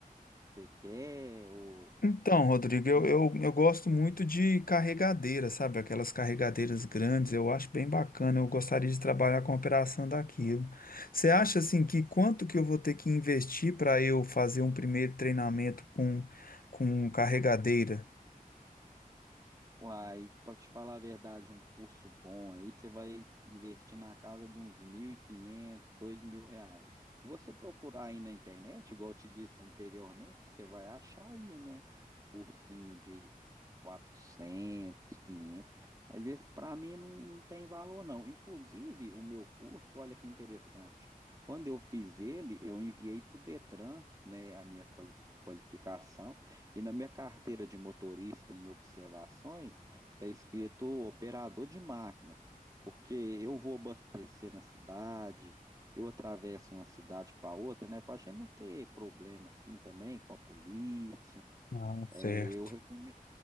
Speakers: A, on the right; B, on the left.
A: que você quer? Ou
B: Então, Rodrigo, eu,
A: como
B: eu,
A: é
B: eu gosto muito de carregadeira, sabe? Aquelas carregadeiras grandes, eu acho bem bacana. Eu gostaria de trabalhar
A: que é?
B: com a operação daquilo. Você acha assim que quanto que eu vou ter que investir para eu fazer um primeiro treinamento com, com carregadeira?
A: Uai, pra te falar a verdade, um curso bom aí, você vai investir na casa de uns mil e quinhentos, dois mil reais. Se você procurar aí na internet, igual eu te disse anteriormente, você vai achar aí, né? Cursinho de 400, 500. mas esse para mim não, não tem valor não. Inclusive, o meu curso, olha que interessante, quando eu fiz ele, eu enviei para o Detran, né, a minha quali- qualificação, e na minha carteira de motorista em observações, está escrito operador de máquinas, porque eu vou abastecer na cidade, eu atravesso uma cidade para outra, né? Para a gente não ter problema assim também com a polícia.
B: Ah,
A: É,
B: certo.
A: eu recome-